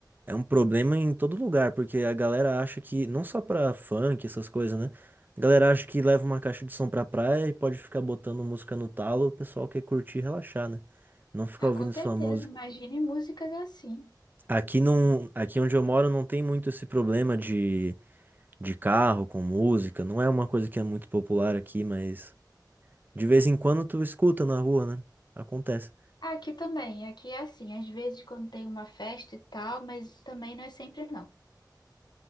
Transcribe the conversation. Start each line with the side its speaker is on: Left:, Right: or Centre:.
Right: é um problema em todo lugar, porque a galera acha que, não só pra funk, essas coisas, né? A galera acha que leva uma caixa de som pra praia e pode ficar botando música no talo, o pessoal quer curtir e relaxar, né? Não ficar
Left: Ah,
Right: ouvindo
Left: com certeza,
Right: sua música.
Left: imagine músicas assim.
Right: Aqui não, aqui onde eu moro não tem muito esse problema de, de carro com música, não é uma coisa que é muito popular aqui, mas. De vez em quando tu escuta na rua, né? Acontece.
Left: Aqui também, aqui é assim, às vezes quando tem uma festa e tal, mas também não é sempre não.